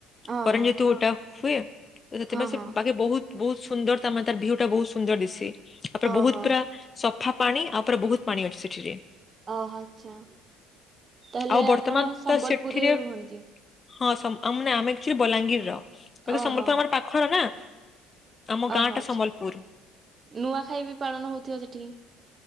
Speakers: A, on the right; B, on the left.
A: ଓହୋ
B: କରେଣ୍ଟ୍ ଜେହେତୁ <unintelligible> ଗୋଟାପ୍ ହୁଏ ସେଥିପାଇଁ
A: ହଁ
B: ସେ
A: ହଁ
B: ଆଗେ ବହୁତ୍, ବହୁତ୍ ସୁନ୍ଦର୍ ତା ମାନେ ତାର ଭିଉ ଟା ବହୁତ୍ ସୁନ୍ଦର୍ ଦିସେ। ତାପରେ
A: ଓହୋ
B: ବହୁତ୍ ପୁରା ସଫା ପାଣି ଆ ପରେ ବହୁତ୍ ପାଣି ଅଛି ସେଠିରେ।
A: ଅ ହ ଆଛା। ତାହେଲେ
B: ଆଉ ବର୍ତ୍ତମାନ
A: ଆପଣ ସମ୍ବଲପୁରୀ
B: ତ ସେଠିରେ
A: ରେ ରୁହନ୍ତି?
B: ହଁ ସମ୍ ଅ ମାନେ ଆ ଆକ୍ଚୁଆଲି ବଲାଙ୍ଗୀରର। ବୋଲେ
A: ଓହୋ
B: ସମ୍ବଲପୁର୍ ଆମର ପାଖର ନା ଆମ
A: ଓହୋ
B: ଗାଁ ଟା
A: ଆଚ୍ଛା
B: ସମ୍ବଲପୁରୁ।
A: ନୂଆଖାଇ ବି ପାଳନ ହଉଥିବ ସେଠି